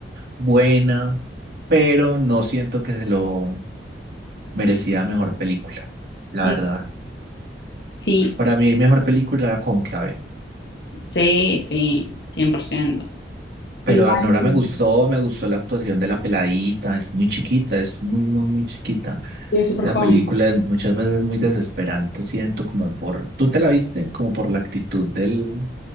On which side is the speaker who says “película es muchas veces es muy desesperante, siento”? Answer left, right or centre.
Right